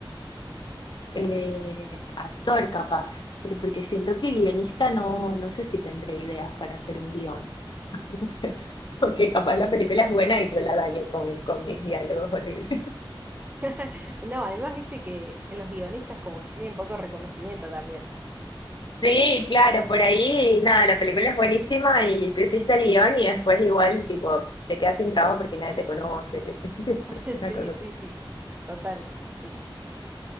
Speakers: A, on the left (about 60°); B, on the right (about 20°).
A: eh, actor capaz, pero porque siento que guionista no, no sé si tendré ideas para hacer un guión, <laughs> no sé, porque capaz la película es buena y yo la daño con, con mis diálogos horribles.
B: <laughs> No, además viste que los guionistas como que tienen poco reconocimiento también.
A: Sí, claro, por ahí, nada, la película es buenísima y tú hiciste el guión y después igual, tipo, te quedas sin trabajo porque nadie te conoce, que <laughs> no sé,
B: <laughs> Sí,
A: una cosa así.
B: sí, sí. Total, sí.